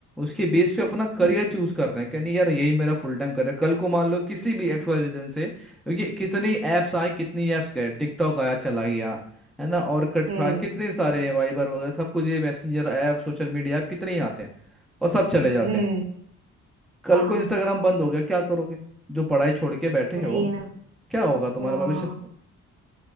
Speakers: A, in the centre; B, on the right (about 55°).
A: उसके बेस पे अपना करियर
B: हम्म
A: चूज कर रहे हैं कि नहीं यार यही मेरा फुल टाइम करियर कल को मान लो किसी भी एक्स वाई रीजन से क्योंकि कितनी ऐप्स आए कितनी ऐप्स गए टिकटॉक आया चला गया है ना और कट
B: हम्म
A: था कितने सारे वाइबर वगैरह सब कुछ ये messenger app social media app कितने ही आते हैं और सब चले जाते
B: हम्म,
A: हैं कल
B: हाँ
A: को इंस्टाग्राम बंद हो गया क्या करोगे जो पढ़ाई छोड़ के बैठे
B: वही
A: हो
B: ना
A: क्या होगा तुम्हारा
B: हाँ
A: भविष्य